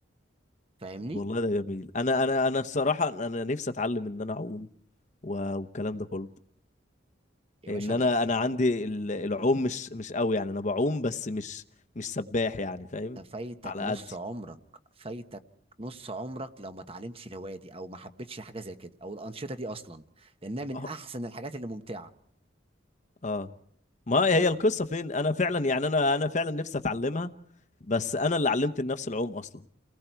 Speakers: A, on the right; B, on the left.
A: فاهمني
B: والله ده جميل انا انا انا الصراحه انا نفسي اتعلم ان انا اعوم و- والكلام ده كله
A: يا
B: ان
A: باشا
B: انا
A: ده
B: انا عندي ال- العوم مش مش قوي يعني انا بعوم بس مش مش سباح يعني فاهم
A: ده فايتك
B: على
A: نص
B: قدي
A: عمرك فايتك نص عمرك لو ما اتعلمتش الهوايه دي او ما حبيتش حاجه زي كده او الانشطه دي اصلا لانها من
B: اه
A: احسن الحاجات اللي ممتعه
B: آه. ما
A: بجد
B: هي القصه فين انا فعلا يعني انا انا فعلا نفسي اتعلمها بس انا اللي علمت النفس العوم اصلا